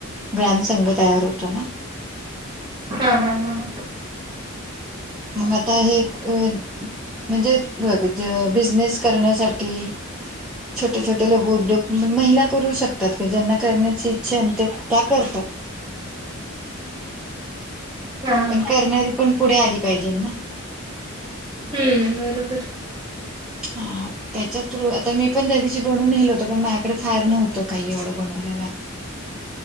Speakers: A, in the centre; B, on the right.
A: ग्रॅम संघ तयार होतो ना.
B: हा हा हा ह.
A: मग आता हे अ. म्हणजे बिझनेस करण्यासाठी छोटे छोटे लोक उद्योग महिला करू शकतात का ज्यांना करण्याची इच्छाते त्या करतात.
B: हा
A: पण करणारी पण पुढे आली पाहिजे ना.
B: हम्म बरोबर.
A: हा. त्याच्या थ्रू आता मी पण त्या दिवशी बनून नेल होतो पण माझ्याकडे फार नव्हतं काही एवढं बनवलेला.